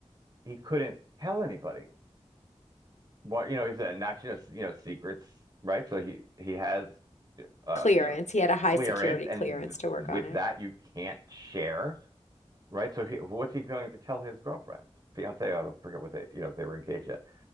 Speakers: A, on the right; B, on the left.
A: he couldn't tell anybody what you know. He's a national, you know, secrets, right? So he he has, uh,
B: Clearance.
A: you know,
B: He had a high
A: clearance,
B: security
A: and
B: clearance to work
A: with
B: on it.
A: that you can't share right? So he, what's he going to tell his girlfriend, fiance? I don't forget what they, you know, if they were engaged yet,